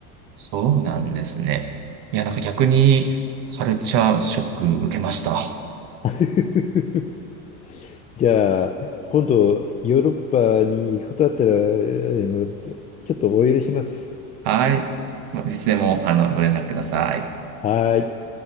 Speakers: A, on the right; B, on the left.
A: そうなんですね。いや、なんか逆にカルチャーショック受けました。
B: <laughs> じゃあ、今度、ヨーロッパに行くことあったら、あの、ちょっとお許しします。
A: はい。まあいつでも、あの、ご連絡ください。
B: はーい。